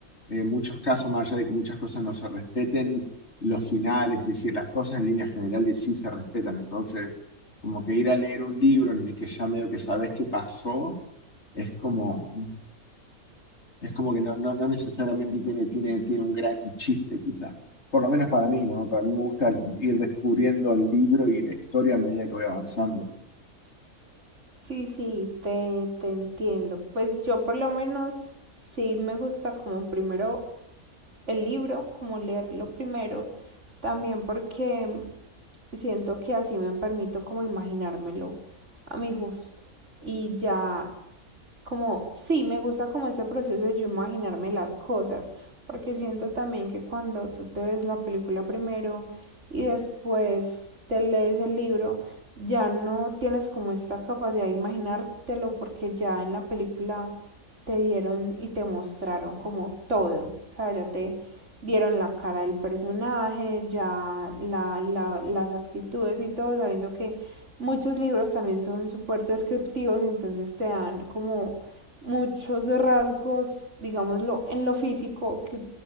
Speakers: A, on the left (about 50°); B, on the right (about 50°).
A: en muchos casos, más allá de que muchas cosas no se respeten, los finales y si las cosas en líneas generales sí se respetan, entonces como que ir a leer un libro en el que ya medio que sabes qué pasó, es como, es como que no, no, no necesariamente tiene, tiene, tiene un gran chiste quizá, por lo menos para mí, ¿no? Para mí me gusta ir descubriendo el libro y la historia a medida que voy avanzando.
B: Sí, sí, te, te entiendo. Pues yo por lo menos sí me gusta como primero el libro, como leerlo primero. También porque siento que así me permito como imaginármelo a mi gusto. Y ya como, sí, me gusta como ese proceso de yo imaginarme las cosas, porque siento también que cuando tú te ves la película primero y después te lees el libro, ya no tienes como esta capacidad de imaginártelo porque ya en la película te dieron y te mostraron como todo. O sea, ya te dieron la cara del personaje, ya la, la, las actitudes y todo, sabiendo que muchos libros también son súper descriptivos, entonces te dan como muchos rasgos, digámoslo, en lo físico que